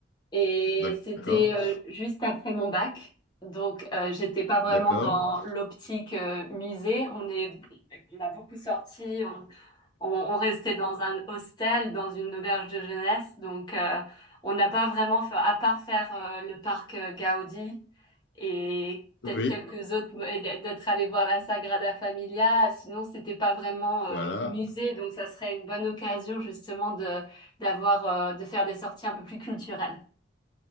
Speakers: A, on the left (about 20°); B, on the left (about 60°).
A: et
B: D'accord,
A: c'était euh, juste après mon bac, donc euh, j'étais pas vraiment
B: d'accord.
A: dans l'optique euh, musée. On est, on a beaucoup sorti, on, on restait dans un hostel, dans une auberge de jeunesse, donc euh, on n'a pas vraiment fait, à part faire euh, le parc euh, Gaudi et peut-être
B: Oui,
A: quelques autres, et d- d'être allé voir la Sagrada Familia, sinon c'était pas vraiment euh,
B: voilà.
A: musée, donc ça serait une bonne occasion justement de d'avoir euh, de faire des sorties un peu plus culturelles.